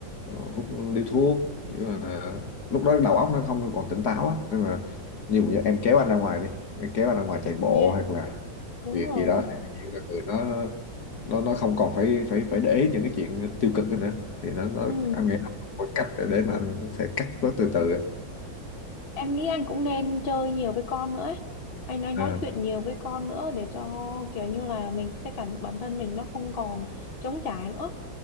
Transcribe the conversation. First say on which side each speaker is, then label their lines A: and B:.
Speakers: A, on the left; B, on the left.
A: ờ, hút ly thuốc kiểu là lúc đó đầu óc nó không còn tỉnh táo á nhưng mà nhiều giờ em kéo anh ra ngoài đi kéo anh ra ngoài chạy bộ
B: nha
A: hoặc là
B: đúng
A: việc
B: rồi
A: gì đó thì nhiều là người nó nó nó không còn phải phải phải để ý những cái chuyện tiêu cực đó nữa thì nó nó
B: ừ
A: anh nghĩ nó có cách để, để mà anh sẽ cắt nó từ từ á.
B: Em nghĩ anh cũng nên chơi nhiều với con nữa ấy. Anh anh
A: à.
B: nói chuyện nhiều với con nữa để cho kiểu như là mình cái cảm bản thân mình nó không còn trống trải nữa.